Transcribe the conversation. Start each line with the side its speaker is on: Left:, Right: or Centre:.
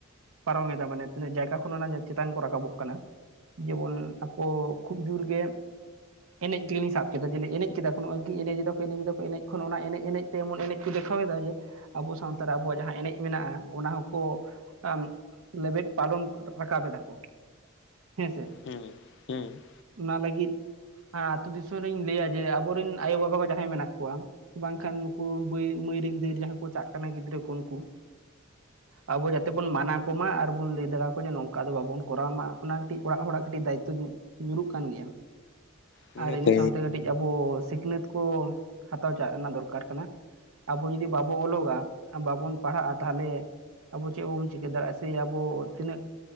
Right: ᱯᱟᱨᱚᱢᱮᱫᱟ ᱢᱟᱱᱮ ᱛᱤᱱᱟᱹᱜ ᱡᱟᱭᱜᱟ ᱠᱷᱚᱱ ᱚᱱᱟ ᱪᱮᱛᱟᱱ ᱠᱚ ᱨᱟᱠᱟᱵᱚᱜ ᱠᱟᱱᱟ ᱾ ᱡᱮᱢᱚᱱ ᱟᱠᱚ ᱠᱷᱩᱵᱽ ᱡᱳᱨ ᱜᱮ, ᱮᱱᱮᱡ ᱜᱮᱞᱤᱧ ᱥᱟᱵ ᱠᱮᱫᱟ ᱡᱮᱞᱮ ᱮᱱᱮᱡ ᱠᱮᱫᱟ᱾ ᱱᱚᱜᱼᱚᱭ ᱜᱮ ᱠᱚ ᱮᱱᱮᱡᱟ ᱠᱚ ᱮᱱᱮᱡ ᱠᱷᱚᱱ ᱚᱱᱟ ᱮᱱᱮᱡ ᱮᱱᱮᱡ ᱛᱮ ᱮᱢᱚᱱ ᱮᱱᱮᱡ ᱠᱚ ᱫᱮᱠᱷᱟᱣᱮᱫᱟ ᱡᱮᱼᱼ ᱟᱵᱚ ᱥᱟᱶᱛᱟ ᱨᱮ ᱟᱵᱚᱣᱟᱜ ᱡᱟᱦᱟᱸ ᱮᱱᱮᱡ ᱢᱮᱱᱟᱜᱼᱟ, ᱚᱱᱟ ᱦᱚᱸᱠᱚᱼᱼ ᱟᱢ ᱞᱮᱵᱮᱫ ᱯᱟᱨᱚᱢ ᱨᱟᱠᱟᱵᱮᱫᱟ ᱠᱚ, ᱦᱮᱸᱥᱮ ᱾
Left: ᱦᱩᱸ ᱦᱩᱸ ᱾
Right: ᱚᱱᱟ ᱞᱟᱹᱜᱤᱫ, ᱟᱸ ᱟᱹᱛᱩ ᱫᱤᱥᱚᱢ ᱨᱤᱧ ᱞᱟᱹᱭᱟ ᱡᱮ ᱟᱵᱚᱨᱮᱱ ᱟᱭᱳᱼ ᱵᱟᱵᱟ ᱠᱚ ᱡᱟᱦᱟᱸᱭ ᱢᱮᱱᱟᱜ ᱠᱚᱣᱟᱼᱼ ᱵᱟᱝ ᱠᱷᱟᱱ ᱩᱱᱠᱩ ᱵᱟᱹᱭ ᱢᱟᱹᱭ ᱨᱮᱱ ᱫᱟᱹᱭ ᱡᱟᱦᱟᱸᱭ ᱠᱚ ᱪᱟᱜ ᱠᱟᱱᱟ ᱜᱤᱫᱽᱨᱟᱹ ᱠᱚ ᱩᱱᱠᱩᱼᱼ ᱟᱵᱚ ᱡᱟᱼᱼ ᱛᱮ ᱵᱚᱱ ᱢᱟᱱᱟ ᱠᱚᱢᱟ ᱟᱨ ᱵᱚᱱ ᱞᱟᱹᱭ ᱫᱟᱲᱟ ᱟᱠᱚ ᱡᱮ ᱱᱚᱝᱠᱟ ᱫᱚ ᱵᱟᱵᱚᱱ ᱠᱚᱨᱟᱣ ᱢᱟ, ᱚᱱᱟ ᱠᱟᱹᱴᱤᱡ ᱚᱲᱟᱜ ᱦᱚᱲᱟᱜ ᱠᱟᱹᱴᱤᱡ ᱫᱟᱭᱤᱛᱛᱚᱼᱼ ᱧᱩᱨᱩᱜ ᱠᱟᱱ ᱜᱮᱭᱟ,
Left: ᱱᱤᱦᱟᱹᱛᱤ
Right: ᱟᱨ ᱤᱱᱟᱹ ᱥᱟᱶᱛᱮ ᱠᱟᱹᱴᱤᱡ ᱟᱵᱚᱼᱼ ᱥᱤᱠᱷᱱᱟᱹᱛ ᱠᱚ, ᱦᱟᱛᱟᱣ ᱪᱟᱜ ᱨᱮᱱᱟᱜ ᱫᱚᱨᱠᱟᱨ ᱠᱟᱱᱟ᱾ ᱟᱵᱚ ᱡᱩᱫᱤ ᱵᱟᱵᱚ ᱚᱞᱚᱜᱼᱟ ᱵᱟᱵᱚᱱ ᱯᱟᱲᱦᱟᱜᱼᱟ ᱛᱟᱦᱚᱞᱮᱼᱼ ᱟᱵᱚ ᱪᱮᱫ ᱦᱚᱸ ᱵᱟᱵᱚᱱ ᱪᱤᱠᱟᱹ ᱫᱟᱲᱮᱭᱟᱜᱼᱟ ᱥᱮ ᱟᱵᱚ ᱛᱤᱱᱟᱹᱜᱼᱼ